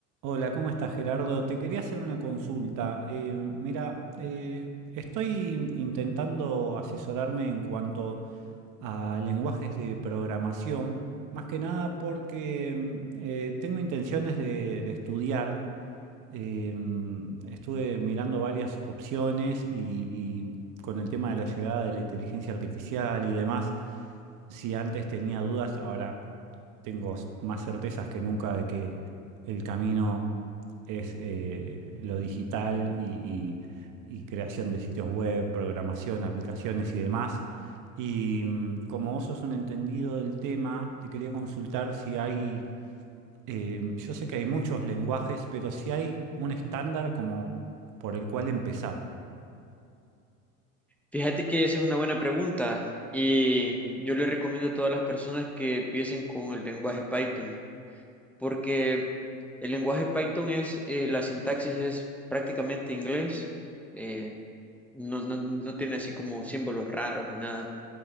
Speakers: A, on the right; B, in the centre.
A: Hola, ¿cómo estás, Gerardo? Te quería hacer una consulta. Eh, mira, eh, estoy intentando asesorarme en cuanto a lenguajes de programación, más que nada porque mm, eh, tengo intenciones de, de estudiar. Eh, mm, estuve mirando varias opciones y, y con el tema de la llegada de la inteligencia artificial y demás. Si antes tenía dudas, ahora tengo s- más certezas que nunca de que el camino es eh, lo digital y, y- y creación de sitios web, programación, aplicaciones y demás. Y mm, como vos sos un entendido del tema, te quería consultar si hay, eh, yo sé que hay muchos lenguajes, pero si hay un estándar como por el cual empezar.
B: Fíjate que esa es una buena pregunta y yo le recomiendo a todas las personas que empiecen con el lenguaje Python, porque el lenguaje Python es, eh, la sintaxis es prácticamente inglés, eh, no, no, no tiene así como símbolos raros ni nada.